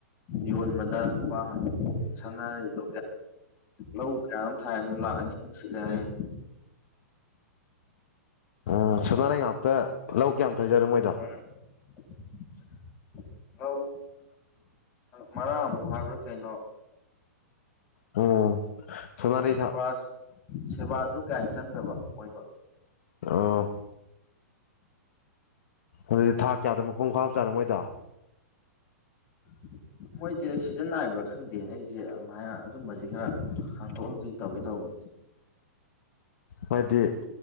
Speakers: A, on the left; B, on the left.
A: ꯌ‌ꯣꯟꯕꯗ ꯂꯨꯄ ꯁꯅꯥꯔꯩꯗꯣ ꯂꯧ ꯀꯌꯥ ꯅ‌ꯣꯝ ꯊꯥꯏ ꯂꯥꯛ ꯑꯅꯤꯃꯨꯛ ꯁꯤꯠꯂꯦ ꯍꯥꯏꯌꯦ
B: ꯑꯣ ꯁꯅꯥꯔꯩ ꯉꯥꯛꯇ ꯂꯧ ꯀꯌꯥꯝ ꯊꯥꯏꯖꯅ‌ꯣ ꯃꯣꯏꯗ‌ꯣ
A: <unintelligible> ꯂꯧ ꯃꯔꯥꯛ ꯑꯃꯨꯛ ꯍꯥꯏꯕ꯭ꯔꯥ ꯀꯩꯅꯣ
B: ꯎꯝ ꯁꯅꯥꯔꯩ
A: ꯁꯦꯕꯥ
B: ꯊꯥ
A: ꯁꯦꯕꯥꯁꯨ ꯀꯌꯥ ꯆꯪꯗꯕ ꯑꯣꯏꯕ
B: ꯑꯣ ꯑꯗꯨꯗꯤ ꯊꯥ ꯀꯌꯥꯗ ꯃꯄꯨꯡ ꯐꯥꯕ ꯆꯥꯅ‌ꯣ ꯃꯣꯏꯗꯣ
A: <inaudible> ꯃꯣꯏꯁꯦ ꯁꯤꯖꯟ ꯅꯥꯏꯕ꯭ꯔꯥ ꯈꯪꯗꯦ ꯑꯩꯁꯦ ꯑꯗꯨꯃꯥꯏꯅ ꯑꯗꯨꯝꯕꯁꯦ ꯈꯔ ꯍꯥꯡꯇꯣꯛ ꯍꯥꯡꯖꯤꯟ ꯇꯧꯒꯦ ꯇꯧꯕꯅꯦ
B: ꯍꯥꯏꯗꯤ